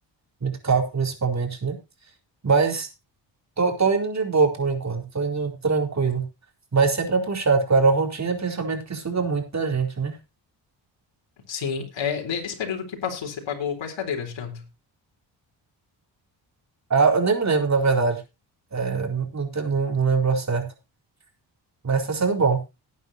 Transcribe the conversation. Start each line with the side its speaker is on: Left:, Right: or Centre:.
Right: Muito cálculo, principalmente, né? Mas tô, tô indo de boa por enquanto, tô indo tranquilo. Mas sempre é puxado, claro. A rotina, principalmente, que suga muito da gente, né?
Left: Sim, é, nesse período que passou, você pagou quais cadeiras tanto?
Right: Ah, eu nem me lembro, na verdade. É, não, não, te- não não lembro ao certo. Mas tá sendo bom.